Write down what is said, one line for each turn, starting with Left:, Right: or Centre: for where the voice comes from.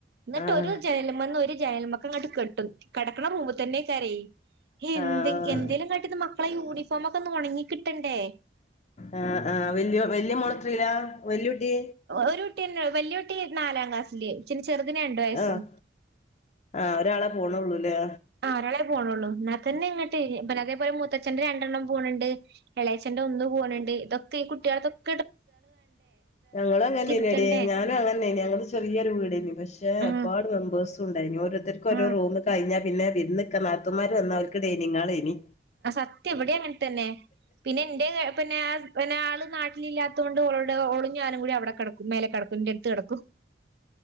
Right: എന്നിട്ട്
Left: ആഹ്
Right: ഒരു ജലമ ഒരു ജയലമ ങ്ങട്ട് കെട്ടും കെടക്കണ റൂമിൽ തന്നേയ് കാരം എന്തെങ്കലും
Left: ആഹ്
Right: കാട്ടി മ യൂണിഫോമക്കെ ഒന്ന് ഒണങ്ങിക്കിട്ടണ്ടേ
Left: ആഹ് ആഹ് വല് വല്യ മൊളത്രല വല്യ കുട്ടി
Right: ഒരു കുട്ടി വല്ല്യ കുട്ടി നാലാം ക്ലാസ്സില് ചെ ചെറുതിന് രണ്ടു വയസ്സും
Left: ആഹ് ആഹ് ഒരാളെ പോണള്ളൂല്ലേ
Right: ആഹ് ഒരാളെ പോണള്ളൂ എന്നാൽ തന്നെ ഇങ്ങട്ട് പിന്നെ അതേപോലെ മുത്തച്ഛന്റെ രണ്ടെണ്ണം പോണണ്ട് എളേച്ചന്റെ ഒന്ന് പോണണ്ട് ഇതൊക്കെ ഈ കുട്ടികൾക്കെ
Left: ഞങ്ങളും അങ്ങനെടി
Right: എടുക്കണ്ടേ.
Left: ഞാനും അങ്ങനെനി ഞങ്ങള് ചെറിയരു വീടനി പക്ഷെ ഷേ
Right: ഉം
Left: ഒരുപാട് മെമ്പേർസ് ഉണ്ടായിരുന്നു ഓരോത്തർ
Right: ഉം
Left: ഒരോ റൂം കഴിഞ്ഞാ പിന്നെ വിരുന്ന് ക്ക നാത്തൂൻ മാര് വന്ന അവർക്ക് ഡനിങ്ങാൾ എനി
Right: അഹ് സത്യ ഇവിടെയാ അങ്ങനെ തന്നെ പിന്നെ എന്റെ പിന്നെ പിന്നെ ആള് നാട്ടിലല്ലാത്തൊണ്ട്ടെ ഒലും ഓളും ഞ്ഞാനും കൂടി അവിടെ കടക്കും മേലെ കടക്കും കുന്റെ അടുത്ത് കിടക്കും